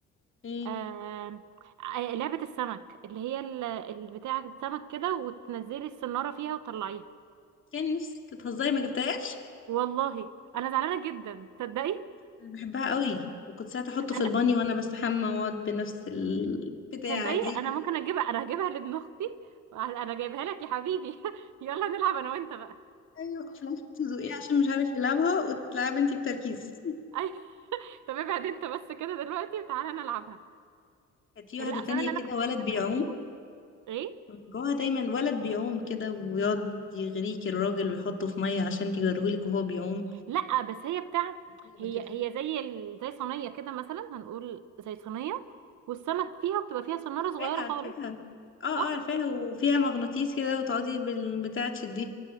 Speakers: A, on the left (about 40°); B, on the right (about 75°).
A: ايه
B: آه... آه، لعبه السمك اللي هي ال- البتاع السمك كده وتنزلي السناره فيها وتطلعيها
A: يعني نفسك بتهزري ما جبتهاش
B: والله انا زعلانه جدا تصدقي
A: أنا بحبها أوي وكنت ساعات احطه في
B: انا
A: البانيو وانا بستحمى واقعد بنفس البتاعة
B: تصدقي
A: دي
B: انا ممكن اجيبها انا هجيبها لابن اختي انا جايبها لك يا حبيبي <laughs> يلا نلعب انا وانت بقى
A: ايوه في الاخر تزوقيه عشان مش عارف يلعبها وتلعب انتي بتركيز
B: <laughs> اي طب ابعد انت بس كده دلوقتي وتعالى نلعبها
A: كانت في
B: اللي
A: واحدة تانية
B: اصلا اللي انا
A: كده ولد
B: كنت
A: بيعوم
B: بحبه ايه
A: من جواها دايما ولد بيعوم كده ويقعد يغريك الراجل ويحطه في مية عشان يجرويلك وهو بيعوم
B: لا بس هي بتاعت
A: كانت لعبة
B: هي
A: كده
B: هي زي ال... زي صينيه كده مثلا هنقول زي صينيه والسمك فيها وبتبقى فيها صناره
A: عارفاها
B: صغيره خالص
A: عارفاها اه اه
B: صح
A: عارفاها
B: محي...
A: وفيها مغناطيس كده وتقعدي بالبتاع تشديه